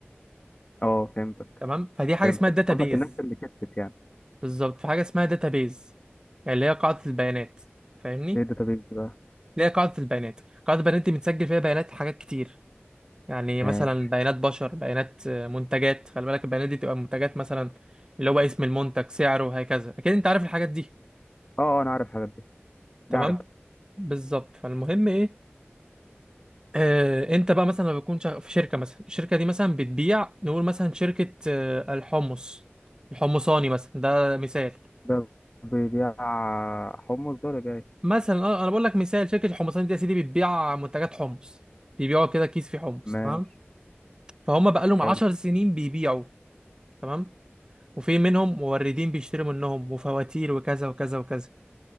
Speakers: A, on the left; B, on the right.
A: اه فهمتك
B: تمام فدي حاجه
A: فهمتك
B: اسمها داتابيز
A: قصدك الناس اللي كترت يعني
B: بالظبط في حاجه اسمها داتابيز يعني اللي هي قاعده البيانات فاهمني
A: ايه الداتابيز دي بقى
B: اللي هي قاعده البيانات قاعده البيانات دي بتسجل فيها بيانات حاجات كتير يعني
A: ماشي
B: مثلا بيانات بشر بيانات آه، منتجات خلي بالك البيانات دي تبقى منتجات مثلا اللي هو اسم المنتج سعره وهكذا اكيد انت عارف الحاجات دي
A: اه آه، انا عارف الحاجات دي دي
B: تمام
A: عارف
B: بالظبط فالمهم ايه آه انت بقى مثلا لما بتكون شغ- في شركه مثلا الشركه دي مثلا بتبيع نقول مثلا شركه آه الحمص الحمصاني مثلا ده مثال
A: ده بيبيع حمص ده ولا بيبيع إيه؟
B: مثلا اه انا بقول لك مثال شركه الحمصاني دي يا سيدي بتبيع منتجات حمص بيبيعوا كده كيس في حمص
A: ماشي
B: تمام فهم بقى لهم
A: حلو
B: 10 سنين بيبيعوا تمام وفي منهم موردين بيشتروا منهم وفواتير وكذا وكذا وكذا